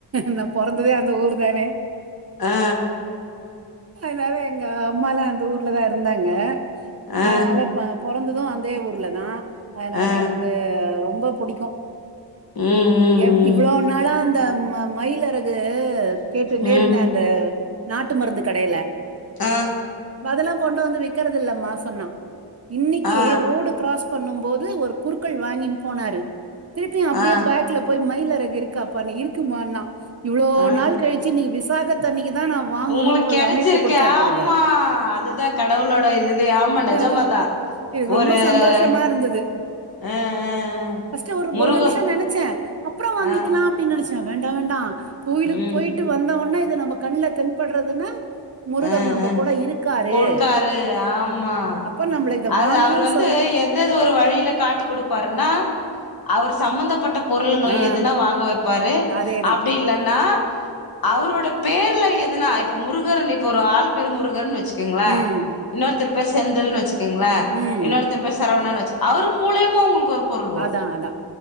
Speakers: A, on the right; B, on the left.
A: நா பொறந்ததே அந்த ஊர் தானே
B: ஆ
A: அதனால எங்க அம்மாலா அந்த ஊர்லதா இருந்தாங்க
B: ஆ
A: அதனால பா பொறந்தது அந்தே ஊர்ல தா அதனால
B: ஆ ஆ ஆ
A: எனக்கு ரொம்ப புடிக்கு
B: ம்
A: எவ் இவ்ளோ
B: ம்
A: நாளா அந்த ம மயிலருகு கேட்டுனே
B: ம் ம்
A: இருந்தே அந்த நாட்டு மருந்து கடையில
B: ஆ
A: அதல்லா கொண்டு வந்து விக்கிறதில்லம்மா சொன்னா இன்னைக்கு
B: ஆ
A: ரோடு கிராஸ் பண்ணும் போது ஒரு குறுக்கள் வாங்கின்னு போனாரு திருப்பியு அப்டியே
B: ஆ
A: பேக் ல போய் மயிலரகு இருக்காப்பான்னே இருக்குமான்னா இவ்ளோ
B: ஆ
A: நாள் கழிச்சு இன்னிக்கு விசாகத் தண்ணிக்கு தா நா வாங்கணும்னு
B: உங்களுக்கு
A: ஒரு
B: கெடச்சிருக்கு
A: அமைப்பு கொடுத்தாரு
B: ஆமா
A: பாருங்க
B: அதுதா கடவுளோட இதுவே ஆமா நெஜமாதா
A: ஆ எனக்கு
B: ஒரு
A: ரொம்ப
B: ஆ
A: சந்தோஷமா இருந்துது
B: ஆ ஆ
A: ஃபாஸ்ட் ஒரு
B: முருக
A: ஒரு நிமிஷோ நினைச்சே அப்புறோ வாங்கிக்கலாம்
B: ஆ
A: அப்டின் நெனைச்சே வேண்டா வேண்டா கோயிலுக்கு
B: ம்
A: போயிட்டு வந்த உன்னா இது நம்ம கண்ல தென்படுறதுன்னா முருகர்
B: ஆ
A: நம்ம
B: ஆ
A: கூட இருக்காரு
B: கொடுக்காரு ஆமா
A: அப்ப நம்மளை இத
B: அது
A: வாங்குன்னு
B: அவரு
A: சொ
B: வந்து எந்தது ஒரு வழியில காட்டிக் கொடுப்பாருன்னா அவர் சம்பந்தப்பட்ட பொருளுங்களை
A: ஆ
B: எதுனா வாங்க வைப்பாரு
A: அதேதா
B: அப்டி இல்லன்னா அவரோட பேர்ல எதுனா இப்ப முருகர்ன் இப்ப ஒரு ஆள் பேரு முருகர்னு வச்சு க்கீங்களா
A: ம்
B: இன்னொருத்தரு பேர் செந்தில்னு வச்சுக்கீங்களா
A: ம்
B: இன்னொருத் தரு சரவணனு வச்சு அவரு மூலியமா உங்களுக்கு ஒரு பொருள் வரு
A: அதா அதா